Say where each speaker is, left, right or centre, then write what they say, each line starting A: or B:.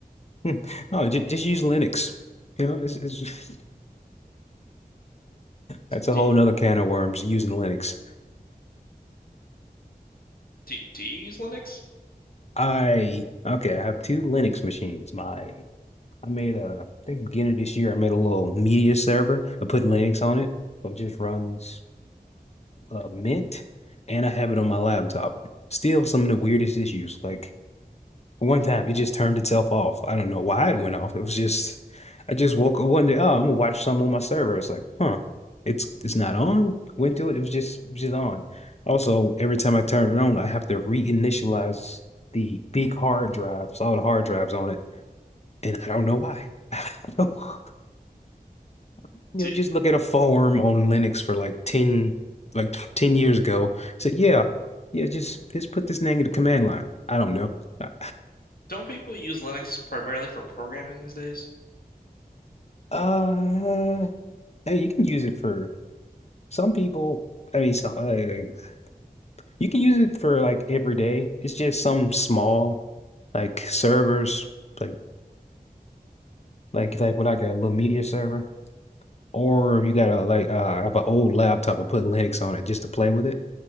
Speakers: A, on the left; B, on the left.
A: hmm, no, just, just use Linux. You know, it's, it's, just, that's a
B: Do
A: whole nother can of worms using Linux.
B: do, do you use Linux?
A: I okay, I have two Linux machines. My I made a, I think beginning of this year, I made a little media server. I put Linux on it, so it just runs uh, Mint, and I have it on my laptop. Still, some of the weirdest issues. Like one time, it just turned itself off. I don't know why it went off. It was just, I just woke up one day. Oh, I'm gonna watch some on my server. It's like, huh, it's it's not on. Went to it. It was just just on. Also, every time I turn it on, I have to reinitialize the big hard drives, all the hard drives on it, and I don't know why. <laughs> you
B: Do
A: know, just look at a forum on Linux for like ten, like ten years ago. Said, yeah, yeah, just just put this thing in the command line. I don't know. <laughs>
B: don't people use Linux primarily for programming these days?
A: uh, hey, you can use it for some people. I mean, so, uh, you can use it for like every day. It's just some small like servers, like like like what I got a little media server, or you got a like uh, I have an old laptop and put Linux on it just to play with it,